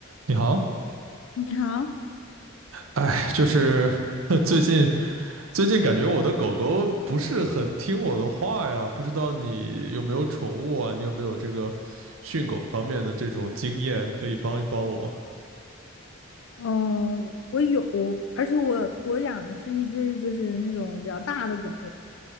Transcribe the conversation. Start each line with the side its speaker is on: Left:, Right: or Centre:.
Right: 你好，
Left: 你好，
Right: 哎，就是 <laughs> 最近最近感觉我的狗狗不是很听我的话呀，不知道你有没有宠物啊？你有没有这个训狗方面的这种经验，可以帮一帮我？
Left: 嗯，我有，而且我我养的是一只就是那种比较大的狗，